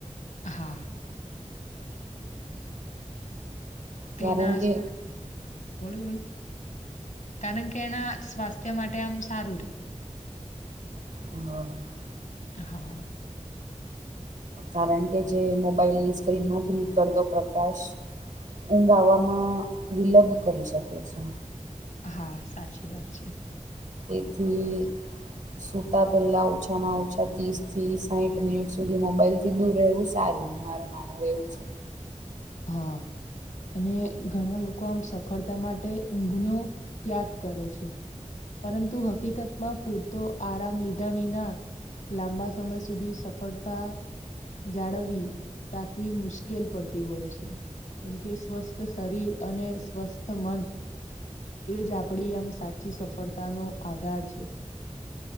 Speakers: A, on the left; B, on the right.
A: હા. તેના
B: કારણ કે
A: બોલો બોલો. કારણ કે એના સ્વાસ્થ્ય માટે આમ સારું રે.
B: હ.
A: હા.
B: કારણ કે જે મોબાઈલ ની સ્ક્રીન માંથી નીકળતો પ્રકાશ ઊંઘ આવવામાં વિલબ કરી શકે છે.
A: હા સાચી વાત છે.
B: તેથી સૂતા પહેલાં ઓછામાં ઓછા ત્રીસથી સાહીઠ મિનિટ સુધી મોબાઈલ ફ સીધું રહેવું સારું મારે માનવું એવું છે.
A: હા. અને ઘણા લોકો આમ સફળતા માટે ઊંઘનો ત્યાગ કરે છે. પરંતુ હકીકતમાં પૂરતો આરામ લીધા વિના લાંબા સમય સુધી સફળતા જાળવી રાખવી મુશ્કેલ પડતી હોય છે. કેમ કે સ્વસ્થ શરીર અને સ્વસ્થ મન એજ આપડી આમ સાચી સફળતાનોો આધાર છે.